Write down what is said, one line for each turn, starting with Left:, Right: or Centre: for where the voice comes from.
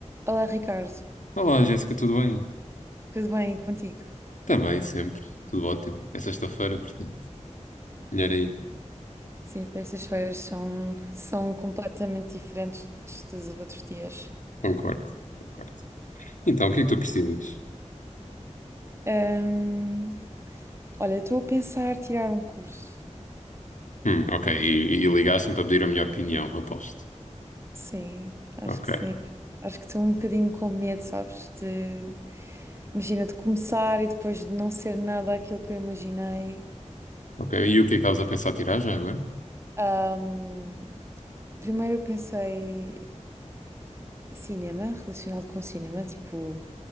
Right: Olá, Ricardo.
Left: Olá, Jéssica, tudo bem?
Right: Tudo bem contigo?
Left: Está bem, sempre. Tudo ótimo. É sexta-feira, portanto. Melhor aí.
Right: Sim, terças-feiras são, são completamente diferentes dos outros dias.
Left: Concordo, concordo. Então, o que é que tu precisas?
Right: Ahm, olha, estou a pensar tirar um curso.
Left: Hum, ok, e, e ligaste-me para pedir a minha opinião, aposto.
Right: Sim, acho
Left: Ok,
Right: que sim. Acho que estou um bocadinho com medo, sabes? De, imagina, de começar e depois de não ser nada aquilo que eu imaginei.
Left: ok. E o que é que estavas a pensar tirar já agora?
Right: Ahm, primeiro eu pensei cinema, relacionado com cinema, tipo